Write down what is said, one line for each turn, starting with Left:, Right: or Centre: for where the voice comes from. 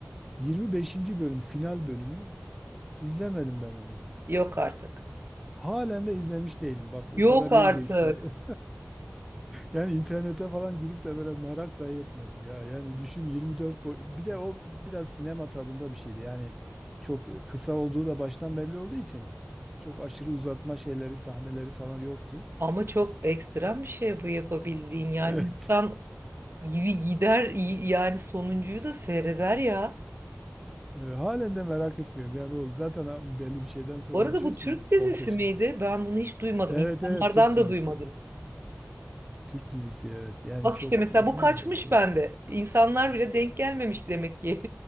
Centre: 25. bölüm final bölümü izlemedim ben onu.
Right: yok artık.
Centre: Halen de izlemiş değilim. Bak o
Right: Yok
Centre: kadar
Right: artık.
Centre: yıl geçti. Yani internete falan girip de böyle merak dahi etmedim ya. Yani düşün 24 boy bir de o biraz sinema tadında bir şeydi. Yani çok kısa olduğu da baştan belli olduğu için çok aşırı uzatma şeyleri, sahneleri falan yoktu.
Right: Ama çok ekstrem bir şey bu yapabildiğin yani
Centre: Evet.
Right: insan
Centre: <laughs>
Right: gider yani sonuncuyu da seyreder ya.
Centre: E, halen de merak etmiyorum. Yani o zaten ha- belli bir şeyden sonra
Right: Bu arada
Centre: unutuyorsun
Right: bu Türk dizisi
Centre: komple şey.
Right: miydi? Ben bunu hiç duymadım.
Centre: Evet
Right: İnsanlardan
Centre: evet Türk
Right: da
Centre: dizisi.
Right: duymadım.
Centre: Türk dizisi evet. Yani
Right: Bak
Centre: çok
Right: işte mesela
Centre: bilmiyorum
Right: bu kaçmış
Centre: belki demiş.
Right: bende. İnsanlar bile denk gelmemiş demek ki. <laughs>